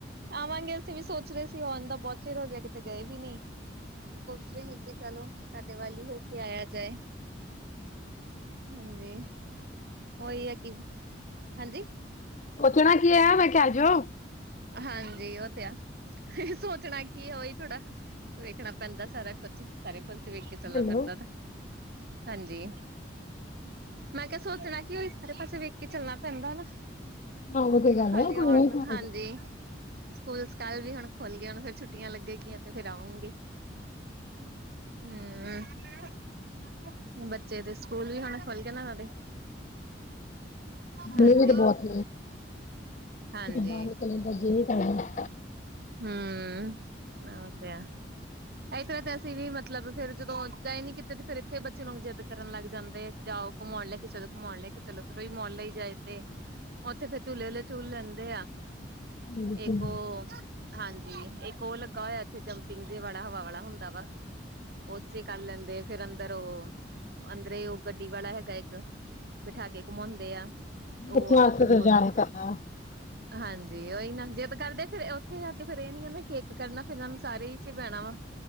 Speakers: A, on the right (about 55°); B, on the left (about 40°).
A: ਆਵਾਂਗੇ ਅਸੀਂ ਵੀ ਸੋਚ ਰਹੇ ਸੀ ਆਉਣ ਦਾ ਬਹੁਤ ਚਿਰ ਹੋ ਗਿਆ। ਕਿਤੇ ਗਏ ਵੀ ਨਹੀਂ ਪੁਛ ਰਹੇ ਕਿ ਚਲੋ ਤੁਹਾਡੇ ਵ ਹੀ ਹੋ ਕੇ ਆਇਆ ਜਾਏ। ਹਾਂਜੀ। ਉਹੀ ਹੈ ਕੀ, ਹਾਂਜੀ
B: ਪੁੱਛਣਾ ਕੀ ਹੈ ਮੈਂ ਕਿਹਾ ਆ ਜੋਓ।
A: ਹਾਂਜੀ ਉਹ ਤੇ ਆ। ਸੋਚਣਾ ਕੀ ਹੀ ਥੋੜਾ ਵੇਖਣਾ ਪੈਂਦਾ ਸਾਰਾ ਕੁਛ ਸਾਰੇ ਪਾਸੇ ਵਖ ਕੇ ਚੱਲਣਾ
B: ਹੈਲੋ
A: ਪੈਂਦਾ, ਹਾਂਜੀ। ਮੈਂ ਕਿਹਾ ਸੋਚਣਾ ਕੀ ਉਹ ਸਾਰੇ ਪਾਸੇ ਵੇਖ ਕੇ ਚੱਲਣਾ ਪੈਂਦਾ ਨਾ।
B: ਹਾਂ ਉਹ ਤੇ ਗੱਲ
A: ਖਾਲੀ
B: ਹੈ ਕੋਈ
A: ਆਉਣ,
B: ਨੀ ਘਰ
A: ਹਾਂਜੀ
B: ਆ ਜਾਓ।
A: ਸਕੂਲ ਕੱਲ ਵੀ ਹੁਣ ਖੁਲੱਗੇ ਗਏ ਹੁਣ ਫਰ ਛੁੱਟੀਆਂ ਲੱਗੇਗੀਆਂ ਤੇ ਫਿਰ ਆਉਗੀ। ਹੂ ਬੱਚੇ ਦੇ ਸਕੂਲ ਵੀ ਹੁਣ ਖੁੱਲ ਗਏ ਨਾ ਉਹਨਾਂ ਦੇ ਹਾਂਜੀ
B: ਡੀਠ ਬਹੁਤ ਨੇ,
A: ਹਾਂਜੀ
B: ਬਾਹਲੇ ਕਲੰਡ ਜਨੀ, ਕਾਰਨ
A: ਹਮ ਉਹ ਤੇ ਹੈ ਇਸ ਤਰ੍ਹਾਂ ਤੇ ਅਸੀਂ ਵੀ ਮਤਲਬ ਫਿਰ ਜਦੋਂ ਇੱਦਾਂ ਹੀ ਨੀ ਕੀਤੇ ਤੇ ਫਿਰ ਇੱਥੇ ਬੱਚੇ ਨੂੰ ਜਿੱਦ ਕਰਨ ਲੱਗ ਜਾਂਦੇ ਆ ਕਿ ਜਾ ਘੁਮਾਉਣ ਲੈ ਕੇ ਚਲੋ ਘੁਮਣ ਲੈ ਕੇ ਚਲੋ ਫਿਰ ਉਹੀ ਮੋਲ ਲਈ ਜਾਂਦੇ ਉੱਥੇ, ਫੇਰ ਝੂਲੇ ਵੇਲੇ ਝੂਲ ਲੈਂਦੇ ਆ।
B: ਬਿਲਕੁਲ
A: ਇੱਕ ਉਹ, ਹਾਂਜੀ ਇੱਕ ਉਹ ਲੱਗਾ ਹੋਇਆ ਇੱਥੇ ਜੰਪਿੰਗ ਦੇ ਵਾਲੇ ਾ ਹਵਾ ਵਾਲਾ ਹੁੰਦਾ ਵਾ ਉਥੇ ਕਰ ਲੈਂਦੇ ਫਿਰ ਅੰਦਰ ਉਹ, ਅੰਦਰ ਉਹ ਅੰਦਰੇ ਗੱਡੀ ਵਾਲਾ ਹੈਗਾ ਇੱਕ ਬਿਠਾ ਕੇ ਘੁਮਾਉਂਦੇ ਆ ਉਹ,
B: ਬੱਚਿਆਂ
A: ਆ
B: ਵਾਸਤੇ
A: ਫਿਰ
B: ਤਾਂ
A: ਮੁੜ
B: ਜਾਇਆ ਕਰਨਾ।
A: ਹਾਂਜੀ ਜੀ ਉਹੀ ਨਾ ਜੇ ਤਾਂ ਕਰਦੇ ਫਿਰ ਉੱਥੇ ਜਾ ਕੇ ਫਿਰ ਇਹ ਨੀ ਕੇਕ ਕਰਨਾ ਫਿਰ ਇਹਨਾਂ ਨੂੰ ਸਾਰੇ ਹੀ ਚ ਬਹਿਣਾ ਵਾ।